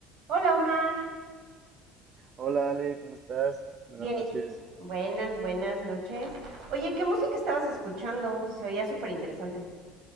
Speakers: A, on the right (about 65°); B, on the right (about 45°).
A: Hola Omar,
B: Hola Ale, ¿cómo estás? Buenas
A: bien
B: noches.
A: y tú. Buenas, buenas noches. Oye, ¿qué música estabas escuchando? Se oía súper interesante.